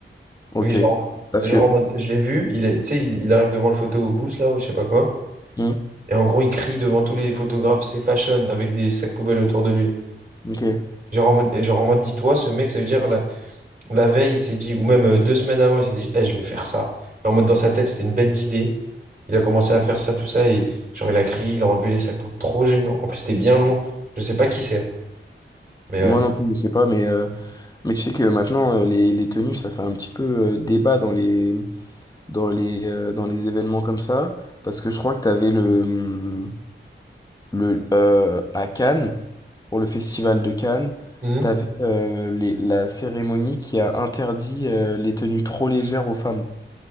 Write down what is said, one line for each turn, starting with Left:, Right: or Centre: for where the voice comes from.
Left: Ok.
Right: Mais genre,
Left: Parce
Right: genre
Left: que,
Right: en mode, je l'ai vu, il est, tu sais, il, il arrive devant le photo au booth là, ou je sais pas quoi.
Left: Hmm,
Right: Et en gros, il crie devant tous les photographes, c'est fashion, avec des sacs poubelles autour de lui.
Left: ok.
Right: Genre en mode, et genre en mode, dis-toi, ce mec, ça veut dire, là, La veille, il s'est dit, ou même euh, deux semaines avant, il s'est dit, Eh, je vais faire ça. En mode, dans sa tête, c'était une bête d'idée. Il a commencé à faire ça, tout ça, et genre, il a crié, il a enlevé les sacs, trop gênant. En plus, c'était bien long. Je sais pas qui c'est, hein. mais
Left: Moi
Right: ouais.
Left: non plus, je sais pas, mais. euh, Mais tu sais que maintenant, euh, les, les tenues, ça fait un petit peu euh, débat dans les, dans les, euh, dans les événements comme ça. Parce que je crois que tu avais le, hum, le euh, à Cannes, pour le festival de Cannes,
Right: Mhm.
Left: tu avais la cérémonie qui a interdit euh, les tenues trop légères aux femmes.